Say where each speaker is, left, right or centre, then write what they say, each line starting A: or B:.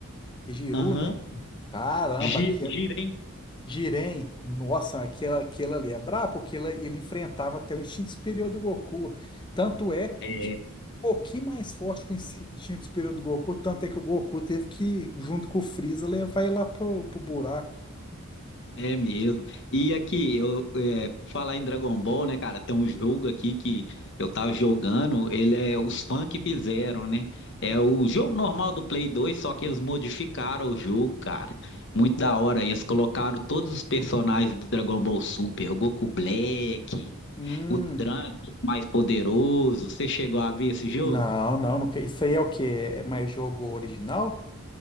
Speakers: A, on the left; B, on the left.
A: É Giru,
B: Aham.
A: né? Caramba,
B: Gira,
A: aquele,
B: gira, hein?
A: Jiren, nossa, aquela, aquela ali é brabo, porque ele, ele enfrentava até o instinto superior do Goku. Tanto é
B: É.
A: que ele é um pouquinho mais forte que o insti- instinto superior do Goku, tanto é que o Goku teve que, junto com o Freeza, levar ele lá pro, pro buraco.
B: É mesmo. E aqui, eu, é, por falar em Dragon Ball, né, cara, tem um jogo aqui que eu tava jogando, ele é os fãs que fizeram, né? É o jogo normal do Play 2, só que eles modificaram o jogo, cara. Muito da hora. Eles colocaram todos os personagens do Dragon Ball Super, o Goku Black,
A: Hum,
B: o Trunks mais poderoso. Você chegou a ver esse jogo?
A: não, não, não, que- isso aí é o quê? É mais jogo original?